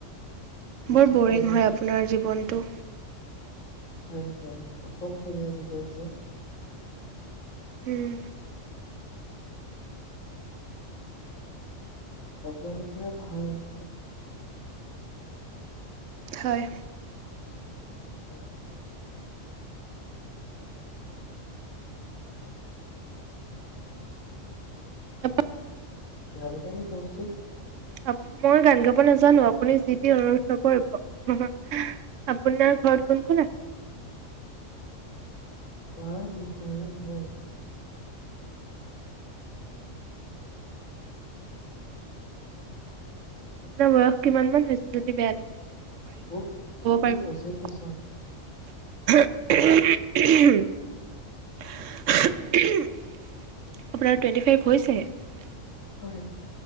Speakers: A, on the left; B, on the right.
A: নিশ্চয়
B: বৰ বৰিং
A: কেতিয়াবা
B: হয়
A: আপোন
B: আপোনাৰ জীৱনটো।
A: হয়, হয়, হয়। অকলশৰীয়া জীৱন যে।
B: উম,
A: আপোনালোকৰে ভাল।
B: হয়।
A: হয়।
B: আপ <unintelligible>
A: গান এটাকে গাওকচোন।
B: আপ মই গান গাব নাজানোঁ। আ আপুনি যিটি অনুৰোধ নকৰিব, হি হি। আপোনাৰ ঘৰত কোন কোন আছে?
A: ঘৰত দেউতা আৰু মই।
B: উম <inaudible> আপোনাৰ বয়স কিমানমান হৈছে, যদি বেয়া নাপায়? সুধিব পাৰিম।
A: মোৰ,
B: ক'ব পাৰিব
A: মোৰ পঁচিছ
B: নি?
A: বছৰ।
B: আপোনাৰ টুৱেণ্টি-ফাইভ হৈছেহে।
A: হয়।